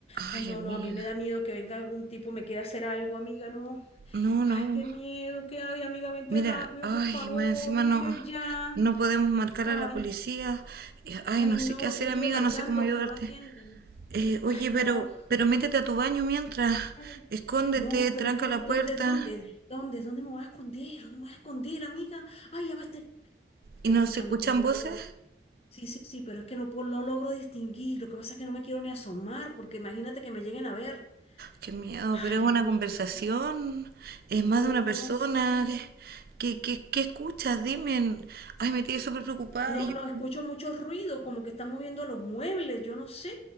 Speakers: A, on the right; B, on the left.
A: Ay,
B: Ay, no,
A: amiga.
B: no, a mí me da miedo que venga algún tipo me quiera hacer algo, amiga, no.
A: No,
B: Ay,
A: no.
B: qué miedo, qué hay, amiga, vente
A: Mira,
B: rápido,
A: ay,
B: por favor,
A: más encima
B: vente
A: no,
B: ya.
A: no podemos marcar
B: Ay,
A: a la policía. Eh, Ay,
B: ay,
A: no
B: no,
A: sé qué hacer,
B: yo estuve
A: amiga,
B: marcando,
A: no sé cómo ayudarte.
B: pero no atienden.
A: Eh, oye,
B: Ay, no.
A: pero, pero métete a tu baño mientras.
B: Ay,
A: Escóndete,
B: No,
A: tranca
B: pero es que
A: la
B: ¿dónde,
A: puerta.
B: dónde, dónde, dónde me voy a esconder? ¿Dónde me voy a esconder, amiga? Ay, ya va este- Estoy
A: ¿Y no
B: escuchando
A: se escuchan
B: como una
A: voces?
B: voz. Sí, sí, sí, pero es que no, po- no logro distinguir. Lo que pasa es que no me quiero ni asomar, porque imagínate que me lleguen a ver.
A: Qué miedo,
B: Ay,
A: pero es una
B: amiga,
A: conversación,
B: no,
A: es más
B: no,
A: de una persona.
B: no sé.
A: ¿Qué, qué, qué- qué escuchas? Dime. Ay, me tiene súper preocupada.
B: No,
A: Y
B: no,
A: yo-
B: escucho mucho ruido, como que están moviendo los muebles, yo no sé.